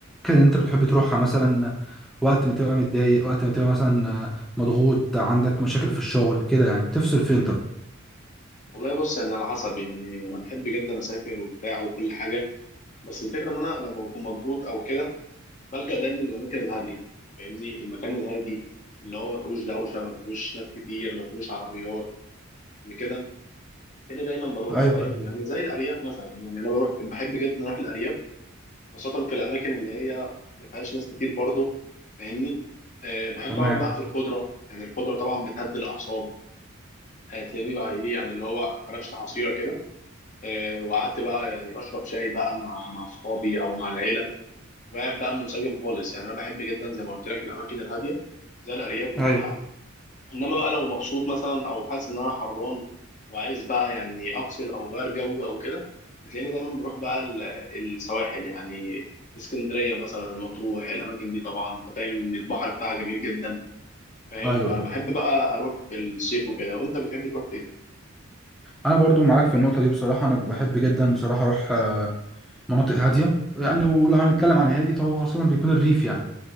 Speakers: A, in the centre; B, on the left.
A: الأماكن اللي أنت بتحب تروحها مثلا وقت ما تبقى متضايق وقت ما تبقى مثلا مضغوط عندك مشاكل في الشغل كده يعني تفصل فين طيب
B: والله بص يعني على حسب يعني انا بحب جدا اسافر وبتاع وكل حاجه بس الفكره ان انا لما بكون مضغوط او كده بلجأ دايما للاماكن الهاديه فاهمني المكان الهادي اللي هو ما فيهوش دوشه ما فيهوش ناس كتير ما فيهوش عربيات وكده يعني دايما بروحه
A: ايوه
B: فاهم يعني زي الارياف مثلا يعني انا بروح بحب جدا اروح الارياف خاصه في الاماكن اللي هي ما فيهاش ناس كتير برضه فاهمني أه بحب
A: تمام
B: اقعد بقى في الخضره يعني الخضره طبعا بتهدي الاعصاب هتلاقيني بقى ايه يعني اللي هو فرشت حصيره كده آه، وقعدت بقى يعني اشرب شاي بقى مع مع اصحابي او مع العيله وقاعد بقى منسجم خالص يعني انا بحب جدا زي ما قلت لك الاماكن الهاديه زي الارياف وبتاع
A: ايوه
B: انما بقى لو مبسوط مثلا او حاسس ان انا حران وعايز بقى يعني افصل او غير جو او كده بتلاقيني دايما بروح بقى ال- السواحل يعني اسكندريه مثلا مطروح الاماكن دي طبعا انت فاهم ان البحر بتاعها جميل جدا فاهم
A: ايوه
B: فبحب
A: ايوه
B: بقى اروح في الصيف وكده وانت بتحب تروح فين؟
A: انا برضو معاك في النقطه دي بصراحه انا بحب جدا بصراحه اروح آه، مناطق هاديه يعني ولو هنتكلم عن هادي فهو خاصه بيكون الريف يعني